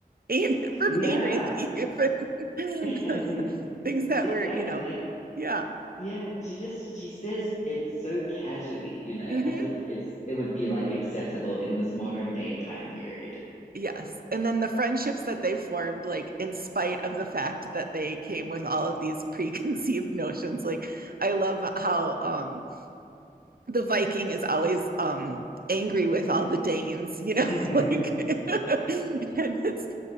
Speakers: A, on the right; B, on the left.
A: pain
B: Yeah.
A: for pain relief and
B: <laughs>
A: <laughs> things that
B: Exactly.
A: were you know
B: Like
A: yeah
B: Yeah, she just she says it so casually, you know,
A: mm-hmm.
B: as if it's it would be like acceptable in this modern day time period.
A: Yes. And then the friendships that they formed, like in spite of the fact that they came with all of these <laughs> preconceived notions. Like I love how um the Viking is always um angry with all the Danes, you know,
B: <laughs>
A: <laughs> like <laughs> and it's